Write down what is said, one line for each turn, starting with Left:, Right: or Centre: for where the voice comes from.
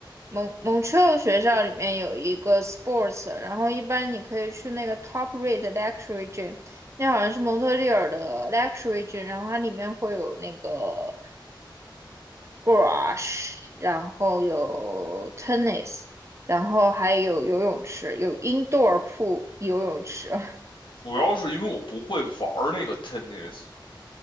Right: 蒙蒙特利尔学校里面有一个 sports，然后一般你可以去那个 top rate luxury gym，那好像是蒙特利尔的 luxury gym，然后它里面会有那个 g q r a s h 然后有 tennis，然后还有游泳池，有 indoor pool 游泳池，<laughs>
Left: 主要是因为我不会玩儿那个 tennis。